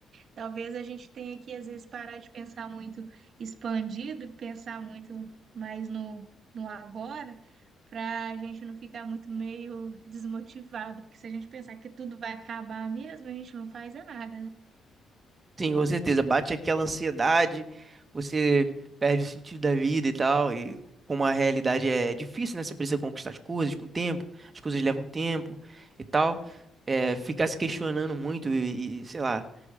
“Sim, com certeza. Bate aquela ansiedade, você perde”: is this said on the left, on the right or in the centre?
Right